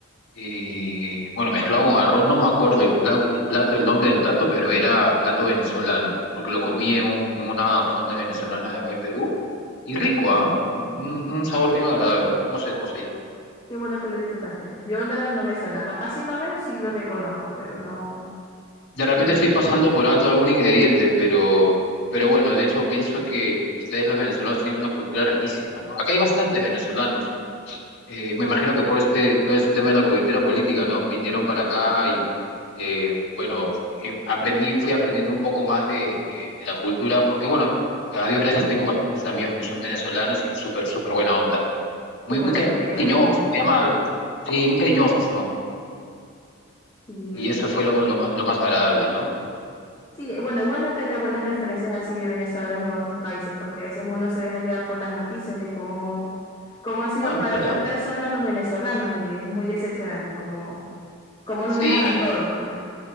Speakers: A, on the left (about 65°); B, on the left (about 25°).
A: eh, bueno, mezclado con arroz, no me acuerdo el pla- el plato, el nombre del plato, pero era plato venezolano, porque lo comí en, un- en una fonda venezolana de acá en Perú, y rico, ¿ah? Un, un sabor bien agradable, no sé
B: Ah,
A: cómo se llama.
B: qué bueno que lo disfrutaste. Yo en verdad no me suena. Capaz si lo veo, sí lo reconozco, pero no.
A: De repente
B: No
A: estoy
B: me
A: pasando
B: suena.
A: por alto algún ingrediente, pero, pero bueno, de hecho pienso que ustedes los venezolanos tienen una cultura riquísima, ¿no? Acá hay bastantes venezolanos, eh, me imagino que por este, todo este tema de la coyuntura política, ¿no? Vinieron para acá y, eh, bueno, eh, aprendí, fui aprendiendo un poco más de, de, de la cultura, porque, bueno, a Dios gracias tengo bastantes amigos que son venezolanos y súper, súper buena onda. Muy,
B: Qué bueno
A: muy
B: que te caigan
A: cariñosos,
B: bien.
A: muy amables. Sí, bien cariñosos son.
B: Y
A: Y
B: es
A: eso
B: que,
A: fue lo, lo, ma- lo más agradable, ¿no?
B: sí, eh, bueno, es bueno tener buenas referencias así de venezolanos en otros países, porque a veces uno se deja llevar por las noticias de cómo, cómo han sido
A: Ah,
B: para
A: mira.
B: otras personas los venezolanos y es muy decepcionante cómo, cómo
A: Sí,
B: nos dejan a todos, pues.